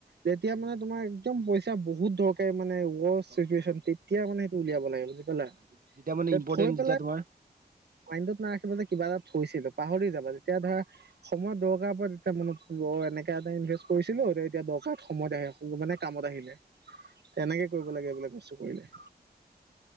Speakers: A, on the right (about 75°); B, on the right (about 55°).
A: যেতিয়া মানে তোমাৰ একদম পইচা বহুত দৰকাৰ তে মানে উৱচ
B: হয়
A: চিটোৱেচন তেতিয়া মানে সেইটো উলিয়াব লাগে বুজি পালা
B: হয় হয় যেতিয়া মানে ইম্পৰ্টেণ্ট
A: থৈ
B: যেতিয়া
A: পেলাই
B: তোমাৰ
A: মাইণ্টত নাৰাখিব যে কিবা এটা থৈছিলো পাহৰি যাবা তেতিয়া ধৰা সময়ত দৰকাৰ পৰে তেতিয়া মনত পৰিব অ এনেকে এটা ইনভেষ্ট কৰিছিলো ত এতিয়া দৰকাৰত সময়ত আহে মানে কামত আহিলে
B: হয়
A: তেনেকে কৰিব লাগে বোলে বস্তু কৰিলে